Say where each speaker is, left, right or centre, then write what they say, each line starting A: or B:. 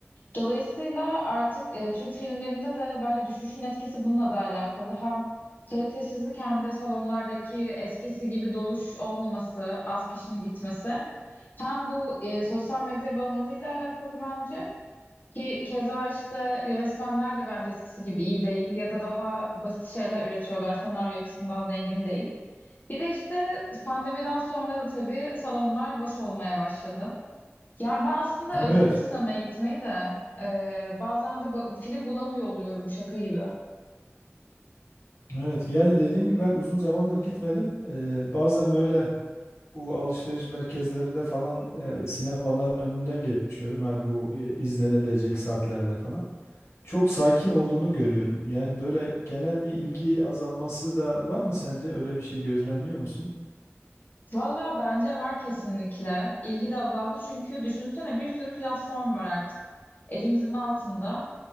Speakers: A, on the left; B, on the left.
A: Dolayısıyla artık e, Türk filmlerinde de bence düşüşün etkisi bununla da alakalı. Hem kalitesizlik hem de salonlardaki eskisi gibi doluş olmaması, az kişinin gitmesi. Hem bu e, sosyal medya bağımlılığıyla alakalı bence. Ki keza işte yönetmenler de bence eskisi gibi iyi değil ya da daha basit şeyler üretiyorlar. Senaryo açısından zengin değil. Bir de işte pandemiden sonra da tabii salonlar boş olmaya başladı. Yani ben aslında
B: Evet.
A: özledim sinemaya gitmeyi de Ee, bazen de ba- film bulamıyor oluyorum şaka gibi.
B: Evet yani dediğim gibi ben uzun zamandır gitmedim. Ee, bazen böyle bu alışveriş merkezlerinde falan e, sinemaların önünden geçiyorum. Hani bu e, izlenebilecek saatlerde falan. Çok sakin olduğunu görüyorum. Yani böyle genel bir ilgi azalması da var mı sence? Öyle bir şey gözlemliyor musun?
A: Valla bence var kesinlikle. İlgi de azaldı çünkü düşünsene bir sürü platform var artık elimizin altında.